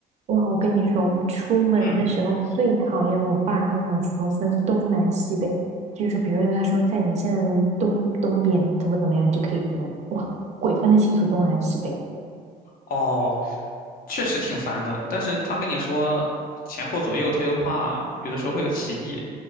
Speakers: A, on the right; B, on the left.
A: 哇，我跟你说，我出门的时候最讨厌我爸跟我说分东南西北，
B: 嗯，
A: 就是说，比如说他说在你现在的东东边怎么怎么样，你就可以怎么，哇，鬼分得清楚东南西北，
B: 哦，确实挺烦的，但是他跟你说前后左右，他又怕有的时候会有歧义